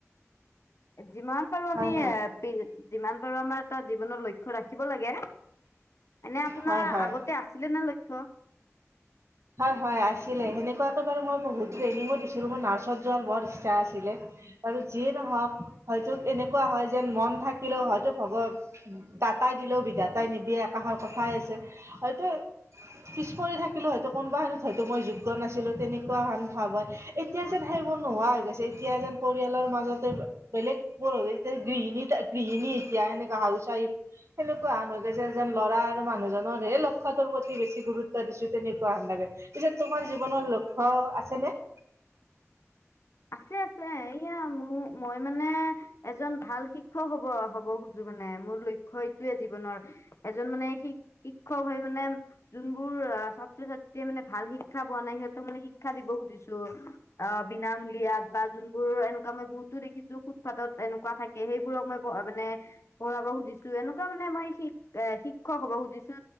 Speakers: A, on the left; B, on the right.
A: যিমান পাৰো আমি
B: হয় হয়
A: এ যিমান পাৰো আমাৰ এটা জীৱনৰ লক্ষ্য ৰাখিব লাগে। এনে আপোনাৰ
B: হয় হয়
A: আগতে আছিলে নে লক্ষ্য?
B: হয় হয় আছিলে। সেনেকুৱাকে বাৰু মই বহুত ট্ৰেইনিঙো দিছিলোঁ। মোৰ নাৰ্ছত যোৱাৰ বৰ ইচ্ছা আছিলে। হয়তো যিয়ে নহওক হয়তো এনেকুৱা হয় যেন মন থাকিলেও হয়তো ভগ দাতাই দিলেও বিদাতাই নিদিয়ে একাষৰ কথাই আছে। হয়তো পিছ পৰি থাকিলোঁ। হয়তো কোনোবাখিনিত হয়তো মই যোগ্য নাছিলোঁ, তেনেকুৱা হান ভাৱ হয়। এতিয়া যেন সেইবোৰ নোহোৱা হৈ গৈছে, এতিয়া যেন পৰিয়ালৰ মাজতে বেলেগ গৃহণী গৃহণী এতিয়া এনেকা হাউচ ৱাইফ সেনেকুৱা হন হৈ গৈছে। যেন ল'ৰা আৰু মানুহজনৰ হে লক্ষ্যটোৰ প্ৰতি বেছি গুৰুত্ব দিছো তেনেকুৱা লাগে। পিছে তোমাৰ জীৱনৰ লক্ষ্য আছেনে?
A: আছে আছে এয়া মোৰ মই মানে এজন ভাল শিক্ষক হব হব খোজো মানে, মোৰ লক্ষ্য এইটোয়ে জীৱনৰ। এজন মানে শ শিক্ষক হয় মানে যোনবোৰ ছাত্ৰ ছাত্ৰী মানে ভাল শিক্ষা পোৱা নাই সিহঁতৰ মানে শিক্ষা দিব খুজিছো অ বিনা বিয়াত বা যোনবোৰ এনেকুৱা মই বহুতো দেখিছো, ফুটপাথত এনেকুৱা থাকে সেইবোৰক মই মানে পঢ়াব সুধিছো এনেকুৱা মানে আমাৰ শিকা এ শিক্ষক হ'ব খুজিছো